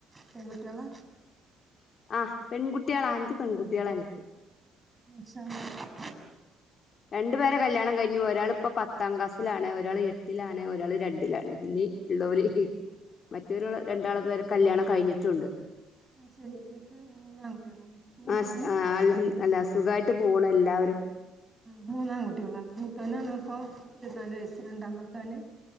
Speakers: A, on the right (about 20°); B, on the left (about 50°).
A: പെൺ കുട്ടികളാ
B: ആ പെൺകുട്ടികളാ അഞ്ച് പെൺകുട്ടികളാ എനിക്ക്
A: മാഷാ അള്ളാ
B: രണ്ടു പേരെ കല്യാണം കഴിഞ് ഒരാൾ ഇപ്പം പത്താം ക്ലാസിലാണ് ഒരാൾ എട്ടിലാണ് ഒരാൾ രണ്ടിലാണ് ഇനി ഉള്ളവര് മറ്റവരു രണ്ടാള് പേരെ കല്ല്യാണം കഴിഞ്ഞിട്ടുണ്ട്
A: അത് ശരി എനിക്ക് മൂന്നാൺകുട്ടികളാണ് മൂത്തോന്
B: ആ ആ അൽഹം അല്ല സുഖായിട്ട് പോണ് എല്ലാവരും
A: മൂന്നാൺ കുട്ടികളാണ് മൂത്തവനാണ് ഇപ്പൊ ഇരുപത്തിനാല് വയസ്സ് രണ്ടാ മത്തവന്